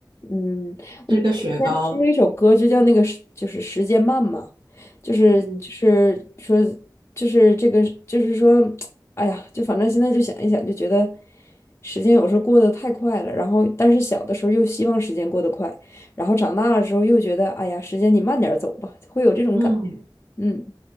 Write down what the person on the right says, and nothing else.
吃个雪糕，
嗯
嗯，